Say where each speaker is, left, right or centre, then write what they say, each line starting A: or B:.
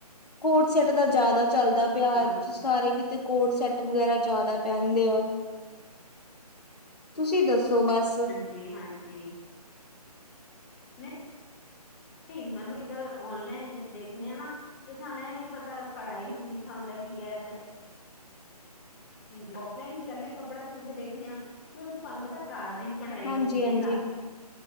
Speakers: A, on the left; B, on the left.
A: ਕੋਡ ਸੈਟ ਦਾ ਜ਼ਿਆਦਾ ਚੱਲਦਾ ਪਿਆ
B: ਹਾਂਜੀ
A: ਸਾਰੇ ਕਿਤੇ ਕੋਡ ਸੈਟ ਵਗੈਰਾ ਜ਼ਿਆਦਾ ਪਹਿਨਦੇ ਆ ਤੁਸੀਂ ਦੱਸੋ ਬਸ
B: ਜੀ ਹਾਂਜੀ ਨਹੀਂ ਨਹੀਂ ਮੈਨੂੰ ਅਗਰ ਔਨਲਾਈਨ ਦੇਖਣੇ ਆ ਨਾ ਤੇ ਸਾਨੂੰ ਇਹ ਨੀ ਪਤਾ ਕੜਹੀ ਵਿੱਚ ਲਿਖਿਆ ਹੁੰਦਾ ਕੀ ਹੈਇਹ ਬੀ ਔਫਲਾਈਨ ਜਾਂਦੇ ਕਪੜਾ ਛੂਹ ਦੇਖਦੇ ਹਾਂ ਕਿ ਉਹ ਤੁਹਾਨੂੰ ਪਤਾ ਤਾਰ ਦੀ ਕਢਾਈ
A: ਹਾਂਜੀ-ਹਾਂਜੀ,
B: ਹੁੰਦੀ ਹੈ ਤਾਂ